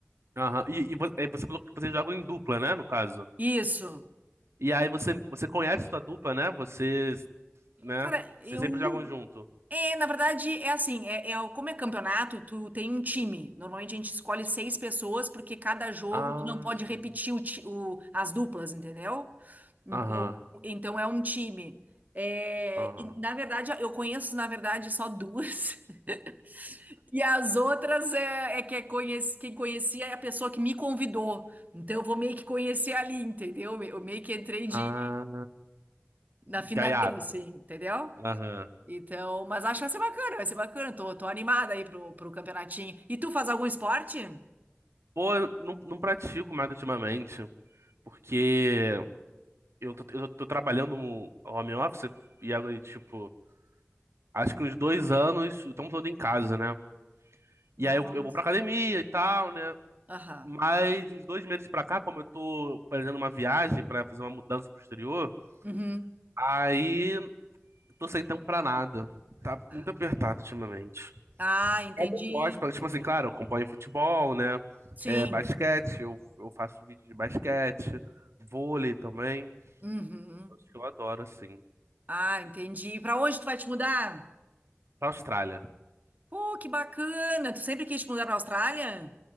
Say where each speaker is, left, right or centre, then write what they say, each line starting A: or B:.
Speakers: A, on the right (about 75°); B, on the right (about 40°).
A: Aham. E, e vo- e você falou que você joga em dupla, né? No caso.
B: Isso.
A: E aí você, você conhece sua dupla, né? Vocês, né?
B: Cara, eu.
A: Vocês sempre jogam junto.
B: É, na verdade, é assim, é, é o- como é campeonato, tu tem um time. Normalmente a gente escolhe seis pessoas, porque cada jogo
A: Ah,
B: tu não pode
A: sim.
B: repetir o ti- o- as duplas, entendeu? Então,
A: Aham.
B: então é um time. É,
A: Aham.
B: e, na verdade, eu conheço, na verdade, só duas. <laughs> E as outras é, é que é conhece, quem conhecia é a pessoa que me convidou. Então eu vou meio que conhecer ali, entendeu? Eu meio que entrei de,
A: Ah,
B: na finaleira,
A: gaiato.
B: assim, entendeu?
A: Aham.
B: Então, mas acho que vai ser bacana, vai ser bacana. Tô, tô animada aí pro, pro campeonatinho. E tu faz algum esporte?
A: Pô, eu não, não pratico mais ultimamente, porque eu tô, eu tô trabalhando no home office e agora, tipo, acho que uns dois anos, o tempo todo em casa, né? E
B: Nossa.
A: aí eu, eu vou pra academia e tal, né?
B: Aham.
A: Mas de uns dois meses pra cá, como eu tô fazendo uma viagem pra fazer uma mudança pro exterior,
B: Uhum.
A: aí tô sem tempo pra nada. Tá
B: Ah,
A: muito apertado ultimamente.
B: Ah, entendi.
A: Mas eu gosto, porque, tipo assim, claro, eu acompanho futebol, né?
B: Sim.
A: É, basquete, eu, eu faço vídeo de basquete, vôlei também.
B: Uhum.
A: Acho que eu adoro, assim.
B: Ah, entendi. Pra onde tu vai te mudar?
A: Pra Austrália.
B: Pô, que bacana. Tu sempre quis te mudar pra Austrália?